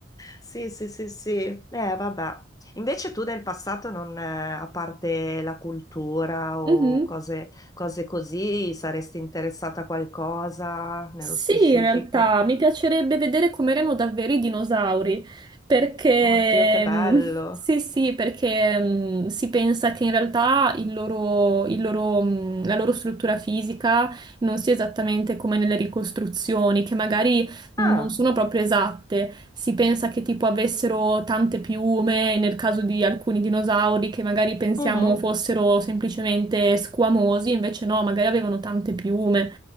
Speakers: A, on the left; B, on the right.
A: Sì, sì, sì, sì. Eh, vabbè. Invece tu nel passato non, eh, a parte la cultura o
B: Mhm.
A: cose, cose così, saresti interessata a qualcosa nello
B: Sì,
A: specifico?
B: in realtà mi piacerebbe vedere com'erano davvero i dinosauri, perché
A: Oddio, che bello.
B: mm, <laughs> sì, sì, perché mm, si pensa che in realtà il loro- il loro, mm, la loro struttura fisica non sia esattamente come nelle ricostruzioni, che magari
A: Ah,
B: mm, non sono proprio esatte. Si pensa che tipo avessero tante piume, nel caso di alcuni dinosauri che magari pensiamo
A: mhm.
B: fossero semplicemente squamosi, invece no, magari avevano tante piume.